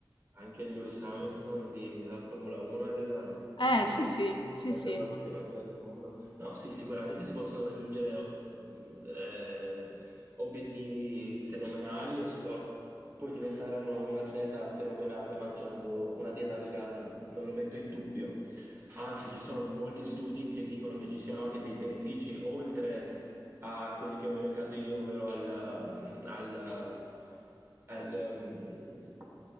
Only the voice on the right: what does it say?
anche Lewis Hamilton di- della Formula 1 è vegano.
Sette
volte campione del mondo. No, sì, sicuramente si possono raggiungere mh, eh, obiettivi fenomenali e si può, puoi diventare uno- un atleta fenomenale mangiando una dieta vegana, non lo metto in dubbio. Anzi, ci sono molti studi che dicono che ci siano anche dei benefici oltre a quelli che ho elencato io, ovvero al, mm, al, eh, al, mm,